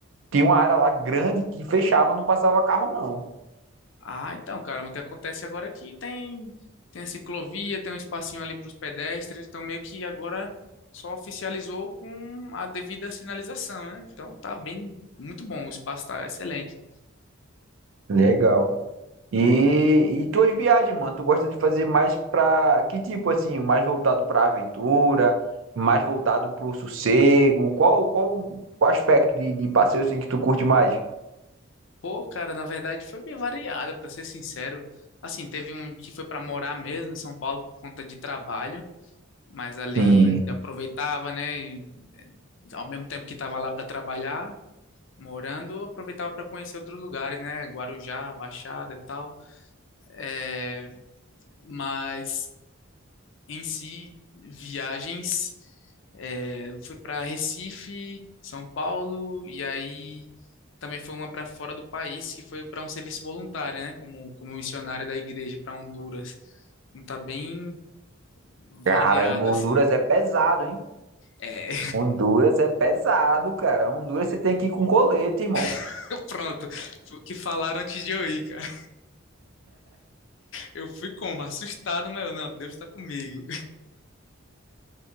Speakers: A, on the right; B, on the left.
A: Tinha uma área lá grande que fechava, não passava carro, não.
B: Ah, então, cara, mas o que acontece agora é que tem, tem a ciclovia, tem um espacinho ali para os pedestres, então meio que agora só oficializou com a devida sinalização, né? Então tá bem, muito bom, o espaço tá excelente.
A: Legal. E, e tuas viagens, mano, tu gosta de fazer mais pra que tipo assim, mais voltado pra aventura, mais voltado pro sossego? Qual qual o aspecto de, de passeio assim que tu curte mais?
B: Pô, cara, na verdade foi bem variado, para ser sincero. Assim, teve um que foi para morar mesmo em São Paulo por conta de trabalho, mas ali
A: Sim.
B: aproveitava, né? E, eh, ao mesmo tempo que estava lá para trabalhar, morando, aproveitava para conhecer outros lugares, né? Guarujá, Baixada e tal. É, mas em si, viagens, é, foi para Recife, São Paulo, e aí também foi uma para fora do país, que foi para um serviço voluntário, né? Como, como missionário da igreja para Honduras. Então tá bem variado,
A: Caramba, Honduras
B: assim.
A: é pesado, hein?
B: É,
A: Honduras é pesado, cara. Honduras você tem que ir com colete, irmão.
B: <laughs> pronto. Foi o que falaram antes de eu ir, cara. Eu fui como? Assustado, mas eu, não, Deus tá comigo.